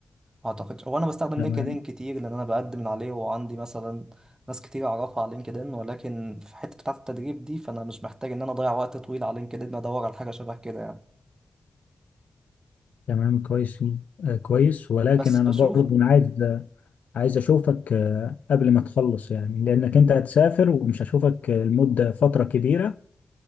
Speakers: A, on the right; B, on the left.
A: اعتقدش هو انا بستخدم
B: تمام
A: لينكدين كتير لان انا بقدم من عليه وعندي مثلا ناس كتير اعرفها على لينكدين ولكن في حته بتاعه التدريب دي فانا مش محتاج ان انا اضيع وقت طويل على لينكدين ادور على حاجه شبه كده يعني
B: تمام كويس آه، كويس ولكن
A: بس
B: انا
A: بشوف
B: برضو أنا عايز آه، عايز اشوفك آه، قبل ما تخلص يعني لانك انت هتسافر ومش هشوفك المدة فترة كبيرة